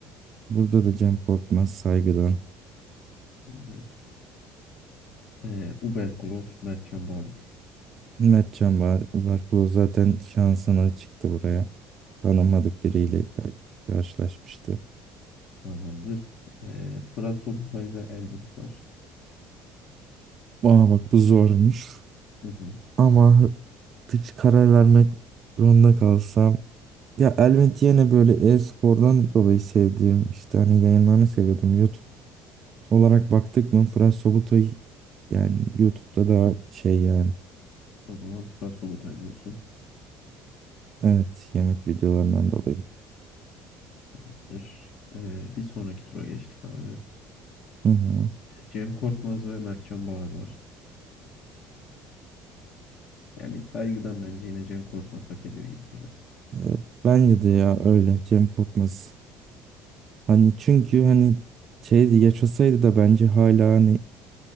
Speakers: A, on the right (about 45°); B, on the left (about 60°).
A: Burada da Cem Korkmaz saygıdan.
B: Tamamdır. Ee, Uber Kloss, Mert Çambağır
A: Mertcan var. Barkolo zaten şansına çıktı buraya. Tanımadık biriyle kar- karşılaşmıştı.
B: Tamamdır. Ee, Fırat Sobutay ve Elvin var.
A: Aa bak bu zormuş.
B: Hı hı.
A: Ama hiç karar vermek zorunda kalsam. Ya elbet yine böyle e-spordan dolayı sevdiğim işte hani yayınlarını seviyordum. YouTube olarak baktık mı Fırat Sobutay yani YouTube'da daha şey yani.
B: O zaman Fırat Sobutay diyorsun.
A: Evet yemek videolarından dolayı.
B: Tamamdır. Ee, bir sonraki tura geçtik abi.
A: Hı hı.
B: Cem Korkmaz ve Mert Çambağır var. Yani saygıdan bence yine Cem Korkmaz hak ediyor gibi biraz.
A: E, bence de ya öyle Cem Korkmaz. Hani çünkü hani şeydi yaşasaydı da bence hala hani